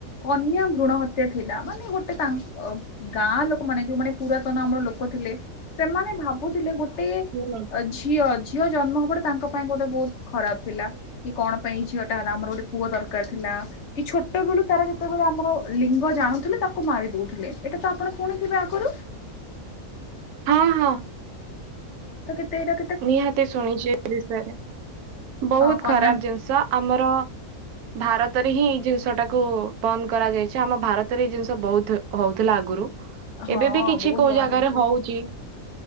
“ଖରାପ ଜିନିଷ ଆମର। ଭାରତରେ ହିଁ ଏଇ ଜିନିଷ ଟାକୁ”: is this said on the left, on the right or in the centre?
Right